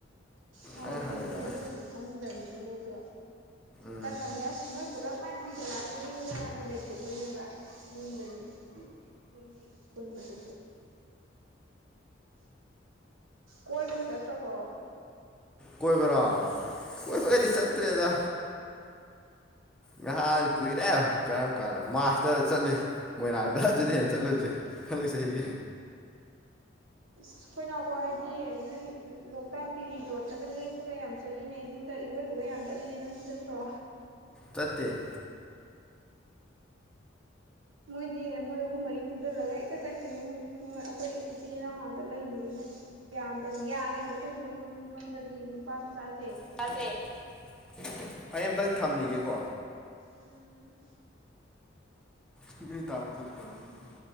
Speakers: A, on the right; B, in the centre.
A: ꯍꯪꯉꯛꯇꯣꯏꯅꯤꯅꯦ
B: ꯍꯪ ꯍꯪꯉꯦꯗꯅ
A: ꯑꯗꯨꯕꯨꯗꯤ ꯈꯪꯗꯕꯅꯤꯅ ꯃꯣꯏꯁꯨ
B: ꯎꯝ
A: ꯆꯠꯈ꯭ꯔꯕꯅꯤ ꯑꯁ ꯃꯣꯏ ꯄꯨꯂꯞ ꯃꯥꯏ ꯍꯟꯖꯔꯛ ꯑꯒꯅꯤꯅ ꯂꯩꯊꯣꯛꯇꯣꯏꯅꯦꯕ ꯌꯨꯝꯗꯗꯤ ꯍ <unintelligible> ꯄꯨꯟꯕꯗ ꯀꯣꯏ ꯕꯒ ꯆꯠꯇ꯭ꯔꯕꯣ
B: ꯀꯣꯏꯕꯔ‌ꯣ ꯀꯣꯏꯕ ꯀꯗꯤ ꯆꯠꯇ꯭ꯔꯦꯗ ꯉꯍꯥꯟ ꯀꯨꯏꯔꯦ ꯀꯔꯝ ꯀꯥꯟꯅ ꯃꯥꯔꯁꯇ ꯆꯠꯂꯤ ꯃꯣꯏꯔꯥꯡꯗ ꯑꯗꯨꯗꯤ ꯍꯦꯟꯅ ꯆꯠꯂꯨꯗ꯭ꯔꯦ ꯍꯟꯗꯛ ꯆꯍꯤꯒꯤ
A: ꯑꯩꯈꯣꯏꯅꯥꯎꯄ ꯍ‌ꯣꯏꯗꯤ ꯅꯣꯏ ꯂꯣꯛꯇꯥꯛꯀꯤ ꯔꯤꯖꯣꯔꯠꯇꯒ ꯂꯦꯛꯄꯒ ꯌꯥꯝ ꯆꯠꯂꯤꯉꯩ ꯏꯤꯡꯗ ꯏꯔꯣꯏꯕꯒ ꯌꯥꯝ ꯆꯠꯂꯤꯅꯦ ꯅꯣꯏꯗꯤ ꯆꯠꯇ꯭ꯔꯣ
B: ꯆꯠꯇ‌ꯦ
A: ꯃꯣꯏꯗꯤ ꯃꯣꯏ ꯑꯍꯨꯝ ꯃꯔꯤ ꯄꯨꯟꯁꯤꯜꯂꯒ ꯍꯦꯛꯇ ꯆꯠꯈꯤꯅꯤ ꯃꯣꯏꯗꯤ ꯑꯩꯈꯣꯏ ꯏꯆꯤꯜ ꯏꯅꯥꯎ ꯉꯥꯛꯇ ꯂꯩꯕꯅꯤꯅ ꯌꯥꯝꯕꯅꯤ ꯌꯥꯅꯦꯕ ꯑꯩꯈꯣꯏꯁꯨ ꯌꯨꯝꯂꯣꯝꯗꯗꯤ ꯅꯨꯄꯥ ꯃꯆꯥꯁꯦ
B: <unintelligible> ꯑꯩ ꯑꯝꯇꯪ ꯊꯝꯃꯤꯒꯦꯀꯣ
A: ꯎꯝ
B: ꯀꯤ ꯀ ꯇꯥ ꯄꯔꯗ <unintelligible>